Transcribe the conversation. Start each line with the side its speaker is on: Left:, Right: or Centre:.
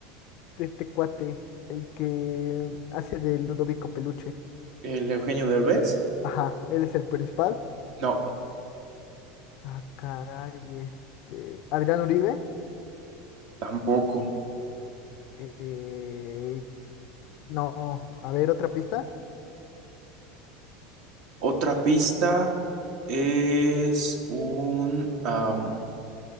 Left: de este cuate, el que hace de Ludovico Peluche.
Right: ¿El Eugenio Derbez?
Left: Ajá, él es el principal.
Right: No,
Left: Ah, caray, este... Adrián Uribe.
Right: tampoco.
Left: Eh, no, a ver, otra pista.
Right: Otra pista es un... am,